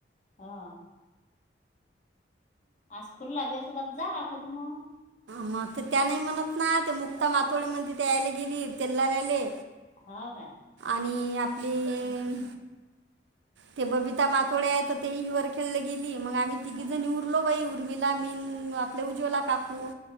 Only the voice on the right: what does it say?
मग ते त्या नाही म्हणत ना ते मुक्ता माथोडे म्हनत होती तिथे यायला गेली त्यांना द्यायले.
आणि आपली ए... ते बबिता माातोड्या येत होती तेहि वर खेळली गेली. मग आम्ही तिघी
जणी उरलो बाई उर्मीला, मीन, आपल्या उजवला काकू